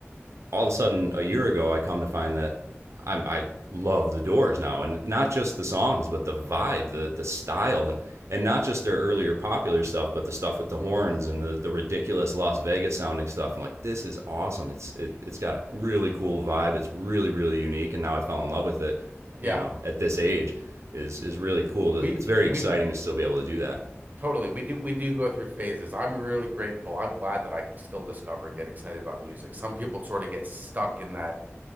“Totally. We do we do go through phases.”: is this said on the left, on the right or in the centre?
Right